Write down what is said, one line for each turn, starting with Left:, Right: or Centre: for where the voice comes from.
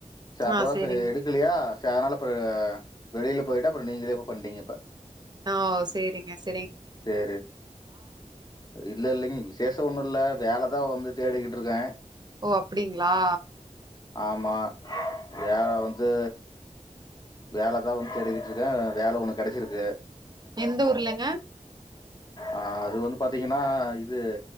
Left: செ அப்றதா
Right: ஆ சேரிங்க
Left: செரி எடுக்கலியா செ அத்னால போ வெளியில போய்ட்டே அப்ற நீங்களே பண்ட்டீங்க இப்ப
Right: ஆ செரிங்க ஸ்
Left: செரி இல்லல்லிங் விசேஷோ ஒன்னுல்ல வேல தா வந்து தேடிகிட்ருக்கே
Right: ஓ அப்டிங்ளா
Left: ஆமா வேல வந்து வேல தா ஒன் தேடிகிட்ருக்கே வேல ஒன்னு கெடச்சிருக்கு
Right: எந்த ஊர்லங்க
Left: ஆ அது வந்து பாத்தீங்கன்னா இது